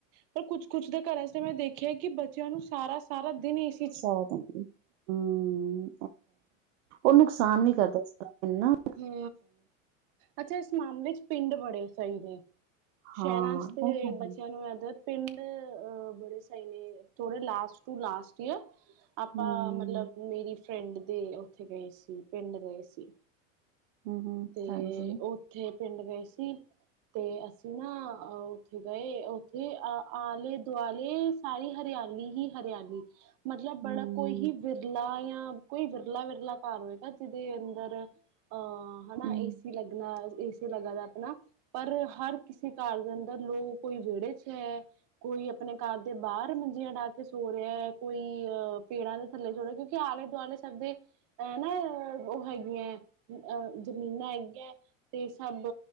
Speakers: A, on the right; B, on the right.
A: ਪਰ ਕੁਛ ਕੁਛ ਦੇ ਘਰਾਂ ਚ ਮੈਂ ਦੇਖਿਆ ਕਿ ਬੱਚਿਆਂ ਨੂੰ ਸਾਰਾ ਸਾਰਾ ਦਿਨ ਏ ਸੀ
B: ਸਾਧਨ ਹੂ ਉਹ ਨੁਕਸਾਨ ਵੀ ਕਰਦਾਾ ਇਸ ਤਰ੍ਹਾਂ ਹਨਾ।
A: ਹੂ ਅੱਛਾ ਇਸ ਮਾਮਲੇ ਚ ਪਿੰਡ ਬੜੇ ਸਹੀ ਨੇ
B: ਹਾਂ
A: ਸ਼ਹਿਰਾਂ ਚ ਤੇ
B: ਉਹ ਤਾਂ ਹੈ
A: ਬੱਚਿਆਂ ਨੂੰ ਆਦਤ ਪਿੰਡ ਬੜੇ ਸਹੀ ਨੇ ਥੋੜੇ ਲਾਸਟ ਟੂ ਲਾਸਟ ਈਅਰ ਆਪਾਂ
B: ਹੂੰ
A: ਮਤਲਬ ਮੇਰੀ ਫਰੈਂਡ ਦੇ ਉੱਥੇ ਗਏ ਸੀ ਪਿੰਡ ਗਏ ਸੀ।
B: ਹੂ ਹੂ
A: ਤੇ
B: ਹਾਂਜੀ
A: ਉੱਥੇ ਪਿੰਡ ਗਏ ਸੀ। ਤੇ ਅਸੀਂ ਨਾ ਉੱਥੇ ਗਏ ਉੱਥੇ ਅ ਆਲੇ ਦੁਆਲੇ ਸਾਰੀ ਹਰਿਆਲੀ ਹੀ ਹਰਿਆਲੀ ਮਤਲਬ ਬੜਾ
B: ਹੂੰ
A: ਕੋਈ ਹੀਕਿ ਵਿਰਲਾ ਜਾਂ ਕੋਈ ਵਿਰਲਾ ਵਿਰਲਾ ਘਰ ਹੋਏਗਾ ਜਿਹਦੇ ਅੰਦਰ ਅਹ ਹਨਾ
B: ਹੂੰ
A: ਏ ਸੀ ਲੱਗਣਾ ਏ ਸੀ ਲੱਗਾਣਾ ਆਪਣਾ ਪਰ ਹਰ ਕਿਸੇ ਘਰ ਦੇ ਅੰਦਰ ਲੋਕ ਕੋਈ ਵਿਹੜੇ ਚ ਤੇ ਕੋਈ ਆਪਣੇ ਘਰ ਦੇ ਬਾਹਰ ਮੰਜੀਆਂ ਡਾਹ ਕੇ ਸੋ ਰਿਹਾ ਹੈ। ਕੋਈ ਅਹ ਪੇੜਾਂ ਦੇ ਥੱਲੇ ਜੋੜੇ ਆਲੇ ਦੁਆਲੇ ਸਭ ਦੇਹ ਨਾ ਉਹ ਹੈਗੀ ਹੈ ਅ ਜ਼ਮੀਨਾਂ ਹੈਗੀਆਂ ਤੇ ਸਭ